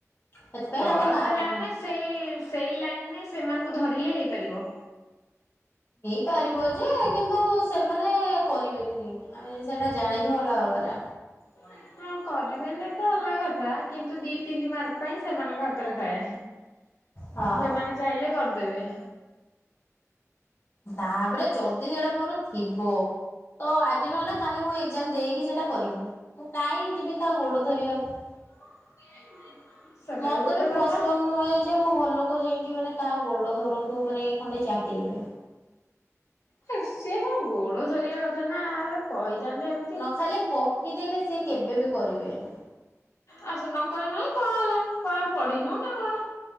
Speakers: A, on the left; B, on the left.
A: ସେଥିପାଇଁ
B: ଦଳ
A: ଆମେ କାହାର
B: ଫଳ ରେ ଯାଉନ
A: ନୁହଁ।
B: ସେଇ ସେଇ ଲାଇନରେ ସେମାନଙ୍କୁ ଧରିଲେ ହେଇପାରିବ।
A: ପାରିବ ଯେ କିନ୍ତୁ ସେମାନେ କରିବେନି ଆମେ ସେଇଟା ଜାଣିଚୁ ଭଲ ଭାବରେ।
B: ହୁଁ <inaudible> ହଁ କରିବେନ ତ ଅଲଗା କଥା କିନ୍ତୁ ଦି ତିନି ମାର୍କ ପାଇଁ ସେମାନଙ୍କ ହାତରେ ଥାଏ।
A: ହଁ
B: ସେମାନେ ଚାହିଁଲେ କରିଦେବେ।
A: ତାପରେ ଯଦି ସେଇଟା ମୋର ଥିବ ତ ଆଜି ନହେଲେ କାଲି ମୁଁ ଏ ଜାମ ଦେଇକି ସେଇଟା କରମି ମୁଁ କାହିଁକିଁ ଯିବି କାହା ଗୋଡ ଧରିବାକୁ।
B: <unintelligible> ସେଟା
A: ମତେ
B: ଗୋଟେ
A: ବି ପସନ
B: କଥା।
A: ନୁହେଁ ଏ ଯେ ମୋ ଘର ଲୋକ ଯାଇକି ମାନେ କାହା ଗୋଡ ଧରନ୍ତୁ ମାନେ ଏଇ ଖଣ୍ଡେ ଚାକିରି ପାଇଁ।
B: ହେ ସିଏ କଣ ଗୋଡ ଧରିବା କଥା ନା କହିଥାନ୍ତେ ଏମିତି
A: ଖାଲେ କ ଖ ଦେଲେ ସିଏ କେବେ ବି କରିବେ ନି।
B: ଆ ସେ ନକଲେ ନାଇଁ କଣ ହେଲା? କଣ ଆମେ ପଢିନୁ ନା କଣ?